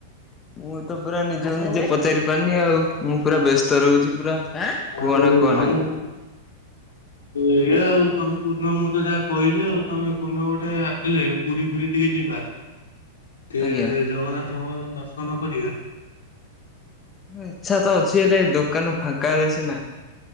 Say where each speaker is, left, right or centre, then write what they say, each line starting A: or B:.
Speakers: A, on the left; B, on the left.
A: ମୁଁ ତ ପୁରା ନିଜକୁ ନିଜେ ପଚାରି ପାରୁନି ଆଉ। ମୁଁ ପୁରା ବ୍ୟସ୍ତ ରହୁଚି ପୁରା। କୁହନା
B: ଆଉ। ଆଉ
A: କୁହନା।
B: ଆମ ଏଇଆ ଆଉ ତମେ କୋଉଦିନ ମୁଁ ତ ଯାହା କହିଲି ଆଉ ତମେ କୋଉଦିନ ଗୋଟେ ଆସିଲେ ପୁରୀ ଫୁରୀ ଟିକେ ଯିବା ଟିକେ
A: ଆଜ୍ଞା।
B: ଜଗନ୍ନାଥଙ୍କ ଦର୍ଶନ କରିବା।
A: ଇଚ୍ଛା ତ ଅଛି ହେଲେ ଦୋକାନ ଫାଙ୍କା ହେଲେ ସିନା।